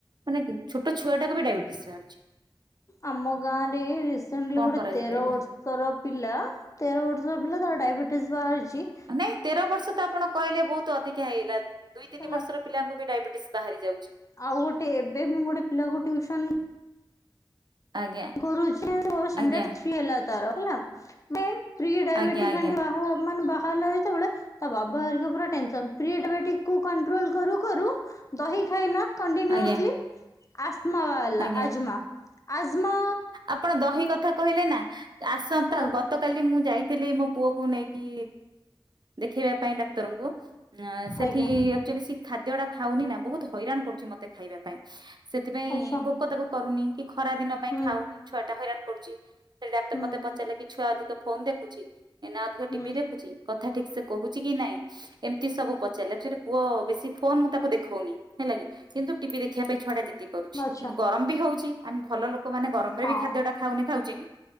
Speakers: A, on the right; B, on the left.
A: ମାନେ ଛୋଟ ଛୁଆଟାକୁ ବି ଡାଇବେଟିସ୍ ବାହାରୁଚି।
B: ଆମ ଗାଁରେ ରିସେଣ୍ଟଲି
A: କଣ
B: ଗୋଟେ
A: କରାଯାଇ
B: ତେର
A: ପାରିବ
B: ବର୍ ର୍ଷର ପିଲା ତେର ବର୍ଷର ପିଲା ତାର ଡାଇବେଟିସ୍ ବାହାରିଚି।
A: ନାଇଁ ତେର ବର୍ଷ ତ ଆପଣ କହିଲେ ବହୁତୁ ଅଧିକା ହେଇଗଲା, ଦୁଇ ତିନି
B: ହେଲା
A: ବର୍ଷର ପିଲାଙ୍କୁ ବି ଡାଇବେଟିସ୍ ବାହାରି ଯାଉଚି।
B: ଆଉ ଗୋଟେ ଏବେ ମୁଁ ଗୋଟେ ପିଲାକୁ ଟିଉସନ୍
A: ଆଜ୍ଞା
B: କରୁଚି, ଷ୍ଟାଣ୍ଡାର୍ଡ
A: ଆଜ୍ଞା
B: ଥ୍ରୀ ହେଲା ତାର ହେଲା। <unintelligible> ପ୍ରି <unintelligible>
A: ଆଜ୍ଞା ଆଜ୍ଞା
B: ବାହା ମାନେ <unintelligible> ତେବେଳେ ତା ବାବା ହେରିକା ପୁରା ଟେନ୍ସନ୍, ପ୍ରୀ ଡାଇବେଟିକ୍ କୁ କଣ୍ଟ୍ରୋଲ୍ କରୁ-କରୁ ଦହି ଖାଇଲା କଣ୍ଟିନିଓସ୍ଲି
A: ଆଜ୍ଞା
B: ଆସ୍ମା ବାହାରିଲା
A: ଆଜ୍ଞା।
B: ଆଜ୍ମା। ଆଜ୍ମା
A: ଆପଣ ଦହି କଥା କହିଲେ ନା, ଆସନ୍ତା
B: ହେଲା
A: ଗ ଗତକାଲି ମୁଁ ଯାଇଥିଲି ମୋ ପୁଅକୁୁ ନେଇକି ଦେଖେଇବା ପାଇଁ ଡାକ୍ତରଙ୍କୁ। ସେଠି
B: ଆଜ୍ଞା
A: ଆକ୍ଚୁଅଲି ଖାଦ୍ୟ ଟା ଖାଉନି ନା ବହୁତ୍ ହଇରାଣ କରୁଚି ମତେ ଖାଇବାକୁ। ସେଥିପାଇଁ
B: ଆଚ୍ଛା
A: ଭୋକ ତାକୁ କରୁନି କି ଖରା ଦିନ ପାଇଁ
B: ହୁଁ
A: ଖାଉନି ଛୁଆ ଟା ହଇରାଣ କରୁଚି। ସେଇ ଡାକ୍ତର
B: ହୁଁ
A: ମତେ ପଚାରିଲେ କି ଛୁଆ ଅଧିକ ଫୋନ୍ ଦେଖୁଛି, ଏ ନା ଅଧିକ
B: ହୁଁ
A: ଟିଭିି ଦେଖୁଛି କଥା ଠିକ୍ସେ କହୁଚି କି ନାଇଁ ଏମ୍ତି ସବୁ ପଚାରିଲେ ଆକଚୁଆଲି ପୁଅ ବେଶୀ ଫୋନ୍ ମୁଁ ତାକୁ ଦେଖୋଉନି ହେଲା କି। କିନ୍ତୁ ଟିଭି ଦେଖିବା ପାଇଁ ଛୁଡା ଜିଦି କରୁଛି,
B: ଆଚ୍ଛା
A: କିନ୍ତୁ ଗରମ୍ ବି ହଉଛି ଆମେ ଭଲ ଲୋକମାନେ ଗରମ୍
B: ହଁ
A: ରେ ବି ଖାଦ୍ୟ ଟା ଖାଉନେ ଖାଉଚେ କି